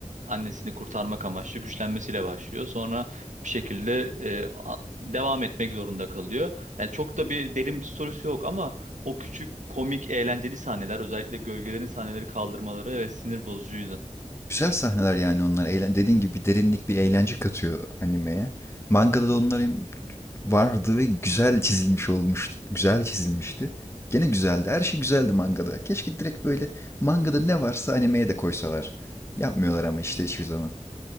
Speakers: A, on the right; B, on the left.
A: annesini kurtarmak amaçlı güçlenmesiyle başlıyor. Sonra bir şekilde eee, a- devam etmek zorunda kalıyor. Yani çok da bir derin bir sorusu yok ama o küçük komik eğlenceli sahneler özellikle gölgelerin sahneleri kaldırmaları evet sinir bozucuydu.
B: Güzel sahneler yani onlar. Eğlen dediğin gibi bir derinlik, bir eğlence katıyor animeye. Mangada da onlar hem vardı ve güzel çizilmiş olmuştu. Güzel çizilmişti. Gene güzeldi. Her şey güzeldi mangada. Keşke direkt böyle mangada ne varsa animeye de koysalar. Yapmıyorlar ama işte hiçbir zaman.